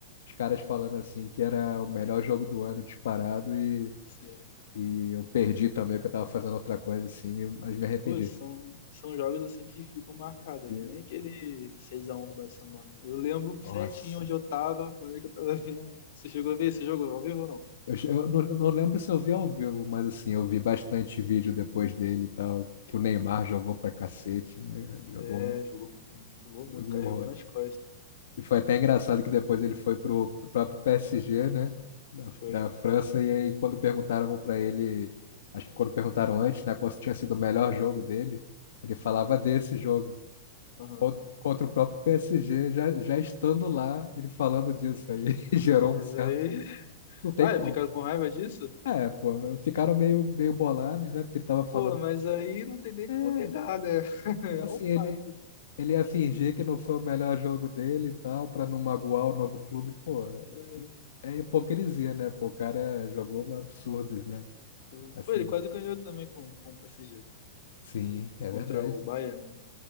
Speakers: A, on the left; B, on the left.
A: os caras falando assim que era o melhor jogo do ano disparado e,
B: Sim.
A: e eu perdi também, que eu tava fazendo outra coisa assim, me- mas me arrependi.
B: Pô, são, são jogos, assim, que ficam marcados,
A: E,
B: é que nem aquele seis a um do Barcelona. Eu lembro certinho
A: nossa.
B: onde eu tava, quando é que eu tava <laughs> vendo. Você chegou a ver esse jogo ao vivo ou não?
A: Eu, che- eu não, eu não lembro se eu vi ao vivo, mas assim, eu vi bastante vídeo depois dele e tal, que o Neymar jogou pra cacete, né? Jogou,
B: É, jogou, jogou muito,
A: jogou
B: carregou
A: horrores.
B: nas costas.
A: E foi até engraçado que depois ele foi pro, pro próprio PSG, né? Da,
B: Foi.
A: da França, e aí quando perguntaram para ele, acho que quando perguntaram antes, né, qual tinha sido o melhor jogo dele, ele falava desse jogo.
B: Aham.
A: Cont- Contra o próprio PSG, já, já estando lá, ele falando disso aí, <laughs> gerou
B: Ah, mas
A: um certo.
B: aí. <laughs>
A: Não tem
B: Ah,
A: como.
B: é, ficaram com raiva disso?
A: É, pô, ficaram meio, meio bolados, né? Porque ele tava falando.
B: Pô, mas aí não tem nem como
A: É,
B: negar, né? <laughs> É
A: assim,
B: um
A: ele,
B: fato.
A: ele ia fingir que não foi o melhor jogo dele e tal, pra não magoar o novo clube. Pô,
B: É,
A: É hipocrisia, né? Pô, o cara jogou absurdos, né?
B: foi.
A: Assim,
B: Foi, ele quase ganhou também com, com o PSG.
A: sim, é
B: Contra
A: verdade.
B: o Bayern, né?